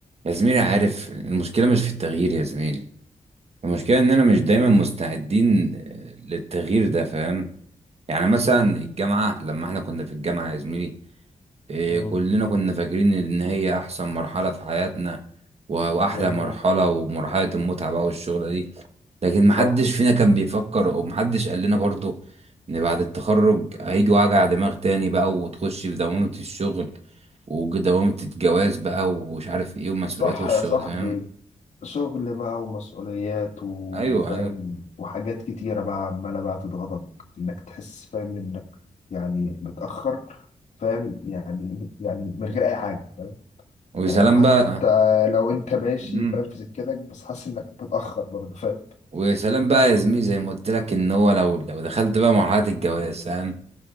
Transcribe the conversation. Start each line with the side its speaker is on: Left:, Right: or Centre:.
Right: يا زميلي عارف المشكلة مش في التغيير يا زميلي المشكلة إننا مش دايما مستعدين آه، للتغيير ده فاهم يعني مثلا الجامعة لما احنا كنا في الجامعة يا زميلي آه،
Left: مم.
Right: كلنا كنا فاكرين إن هي أحسن مرحلة في حياتنا و- وأحلى
Left: جميل
Right: مرحلة ومرحلة المتعة بقى والشغلة دي لكن محدش
Left: صح
Right: فينا كان بيفكر ومحدش قال لنا برضه إن بعد التخرج هيجي وجع دماغ تاني بقى وتخش في دوامة الشغل ودوامة الجواز بقى ومش عارف ايه ومسؤوليات
Left: صح
Right: والشغل
Left: يا صاحبي
Right: فاهم
Left: شغل بقى ومسؤوليات وفاهم
Right: ايوه ايوه
Left: وحاجات كتيرة بقى عمالة بقى تضغطك إنك تحس فاهم إنك يعني متأخر فاهم يعني يعني من غير أي حاجة فاهم
Right: ويا
Left: يعني
Right: سلام
Left: حتى
Right: بقى
Left: لو أنت ماشي
Right: امم
Left: فاهم في سكتك بس حاسس إنك متأخر برضه فاهم
Right: ويا سلام بقى يا زميلي زي ما قلت لك ان هو لو لو دخلت بقى مرحله الجواز فاهم